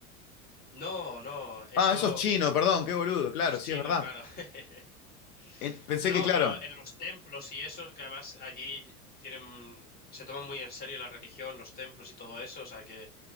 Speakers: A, on the left; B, on the left.
A: no, no, eso,
B: Ah, eso es chino, perdón, qué boludo, claro,
A: eso es
B: sí,
A: chino,
B: es verdad.
A: claro. <laughs>
B: En- pensé
A: No,
B: que, claro,
A: pero en los templos y eso, que además allí tienen, se toman muy en serio la religión, los templos y todo eso, o sea que...